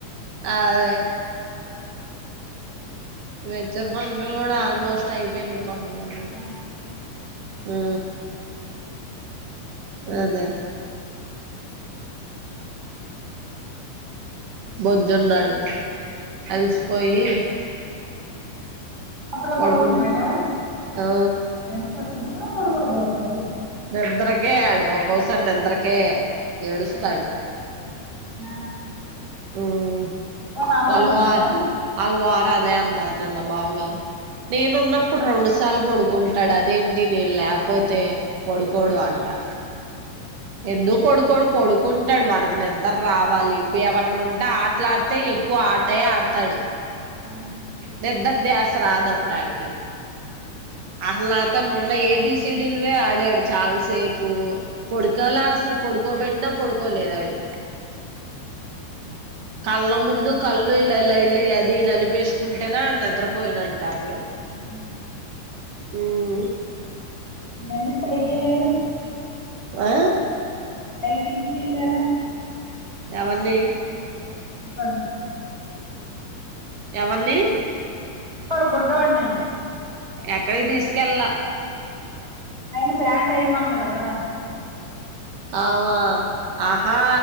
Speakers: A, on the right (about 60°); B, on the right (about 15°).
A: ఆ అదే మెచ్యూర్ ఫంక్షన్లు కూడా ఆల్మోస్ట్ అయిపోయినాయి కొంతమందివి
B: ఆ
A: ఆ ఆ అదే బజ్జున్నాడు అలిసిపోయి
B: అప్పుడ
A: పడుకుం
B: పడుకును పోయాడ
A: ఆ
B: ఎంత చిటుకున పడు కోను పోతాడు
A: నిద్రకే ఆడు ఒక్కసారి నిద్రకే ఏడుస్తాడు
B: ఆ ఆ
A: ఉమ్
B: ఫోన్ అవ్వలేదా
A: వాళ్ళ వారు
B: ఇంకా
A: అలువారు అదే అన్నారు నిన్న బావగారు నేనున్నప్పుడు రెండు సార్లు పడుకుంటాడు అదేంటి నేను లేకపోతే పొడుకోడు అంటా ఎందు పొడుకోడు పొడు కుంటాడు వాడికి నిద్దరు రావాలి ఎవరన్న ఉంటే ఆటలాడితే ఎక్కువ ఆటయ ఆడతాడు
B: ఆ ఆ
A: నిద్దర ధ్యాస రాదప్పుడు ఆడికి అసలైతే ము న్న ఏబీసిడీలువే ఆడాడు చాలా సేపు పొడుకలా
B: ఆ
A: అసలు పడుకోబట్టినా పడుకో లేదాడు కళ్ళ ముందు కళ్ళు ఇల్లా ఇలా ఇల్ల అది నలిపేసుకుంటేనే నిద్రపోయినంట అప్పుడు
B: ఆ
A: ఉమ్
B: ఎందుకు పైకెళ్ళారు
A: ఆ
B: పైకి తీసుకెళ్ళారా
A: ఎవరిని
B: ఆ
A: ఎవరిని
B: బుడ్డోడు బుడనే
A: ఎక్కడకి తీసుకెళ్ళల
B: నయిన ప్యాంట్ వెయ్యమన్నది కదా
A: ఆమ ఆహా